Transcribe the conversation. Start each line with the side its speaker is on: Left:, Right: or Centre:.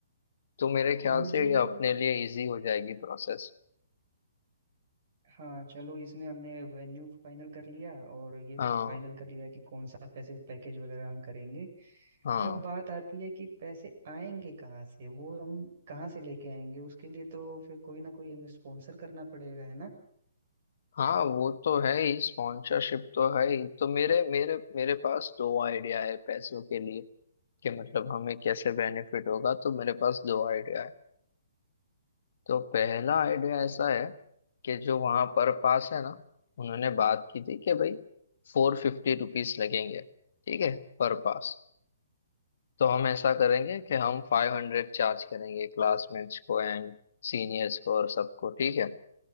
Left: तो मेरे ख्याल
Right: हाँ मुझे
Left: से
Right: ये
Left: ये
Right: भी
Left: अपने
Right: लग...
Left: लिए इजी हो जाएगी प्रोसेस
Right: हाँ चलो इसमें हमने वेन्यू फाइनल कर लिया और ये
Left: हाँ
Right: फिर फाइनल कर लिया कि कौन सा पैसे पैकेज वगैरह हम करेंगे
Left: हाँ
Right: अब बात आती है कि पैसे आएंगे कहाँ से वो हम कहाँ से लेके आएंगे उसके लिए तो फिर कोई ना कोई हमें स्पॉन्सर करना पड़ेगा है ना
Left: हाँ वो तो है ही स्पॉन्सरशिप तो है ही तो मेरे मेरे मेरे पास दो आइडिया है पैसों के लिए कि मतलब हमें कैसे बेनिफिट होगा तो मेरे पास दो आइडिया है तो पहला आइडिया
Right: ठीक
Left: ऐसा है कि जो वहां पर पास है ना उन्होंने बात की थी कि भाई फोर फिफ्टी रुपीज लगेंगे ठीक है पर पास तो हम ऐसा करेंगे कि हम फाइव हंड्रेड चार्ज करेंगे क्लासमेट्स को एंड सीनियर्स को और सबको ठीक है